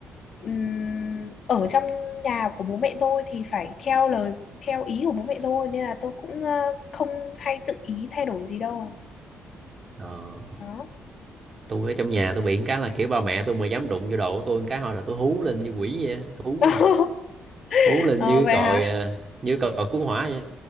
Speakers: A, on the left (about 60°); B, on the right (about 35°).
A: ừm, ở trong nhà của bố mẹ tôi thì phải theo lời theo ý của bố mẹ tôi nên là tôi cũng ờ, không hay tự ý thay đổi gì đâu
B: Ờ.
A: đó
B: tôi ở trong nhà tôi bị một cái là kiểu ba mẹ tôi mà dám đụng vô đồ của tôi một cái thôi là tôi hú lên như quỷ vậy á. hú
A: <laughs>
B: lên hú lên
A: Ờ,
B: như
A: vậy
B: cái còi
A: hả
B: à, như còi cứu hỏa vậy